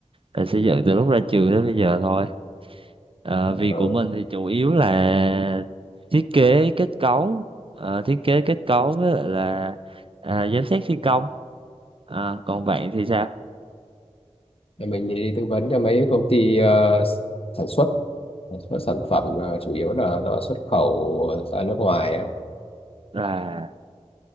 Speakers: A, on the right (about 45°); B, on the left (about 50°).
A: là xây dựng từ lúc ra trường đến bây giờ thôi. Ờ, việc
B: Ờ,
A: của mình thì chủ yếu là thiết kế kết cấu, ờ, thiết kế kết cấu với lại là à, giám sát thi công. À, còn bạn thì sao?
B: thì Mình đi tư vấn cho mấy công ty ờ, sản xuất sản xuất sản phẩm ờ, chủ yếu là nó xuất khẩu ra nước ngoài á.
A: Là